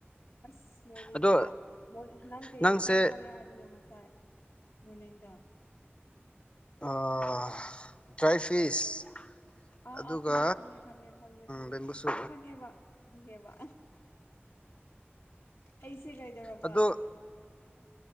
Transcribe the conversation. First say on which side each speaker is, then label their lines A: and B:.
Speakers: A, on the left; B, on the left.
A: ꯑꯁ ꯃꯣꯔꯅꯤꯡꯒꯤ
B: ꯑꯗꯣ
A: ꯅꯪ ꯀꯩ
B: ꯅꯪꯁꯦ
A: ꯏꯟꯆꯥꯡ ꯆꯒꯦ ꯍꯥꯏꯕꯤꯅꯣ ꯉꯁꯥꯏ ꯃꯣꯔꯅꯤꯡꯗ
B: ꯑꯥ ꯗ꯭ꯔꯥꯏ ꯐꯤꯁ
A: ꯑꯥ
B: ꯑꯗꯨꯒ
A: ꯑꯥ ꯈꯪꯉꯦ ꯈꯪꯉꯦ ꯈꯪꯉꯦ ꯈꯪꯉꯦ ꯈꯪꯉꯦ
B: ꯕꯦꯝꯕꯨꯁꯨ
A: ꯈꯪꯉꯦꯕ ꯈꯪꯒꯦꯕ ꯑꯩꯁꯦ ꯀꯩꯗꯧꯔꯕ
B: ꯑꯗꯣ